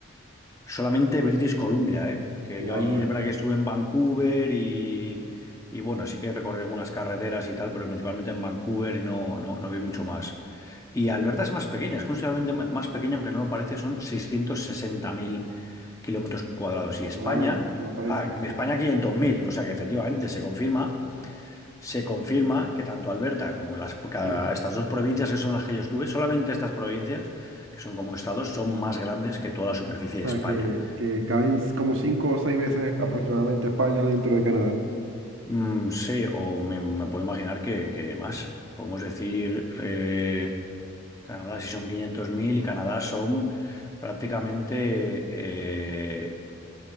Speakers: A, on the left; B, on the right.
A: Solamente British Columbia, ¿eh? Que
B: Wow.
A: yo ahí es verdad que estuve en Vancouver y, y bueno, sí que recorrí algunas carreteras y tal, pero principalmente en Vancouver y no, no, no vi mucho más. Y Alberta es más pequeña, es considerablemente m- más pequeña, aunque no lo parece, son 660.000 kilómetros cuadrados. Y España,
B: Wow. No parece.
A: ah, España
B: Ujú.
A: 500.000, o sea que efectivamente se confirma, se confirma que tanto Alberta como las, cada-
B: <clears throat>
A: estas dos provincias que son las que yo estuve, solamente estas provincias, que son como estados, son más grandes que toda la superficie
B: O sea
A: de España.
B: que, que caben como cinco o seis veces aproximadamente España dentro de Canadá.
A: Mm, sí, o me, me puedo imaginar que, que más. Podemos decir, eh, Canadá si son 500.000 y Canadá son prácticamente eh,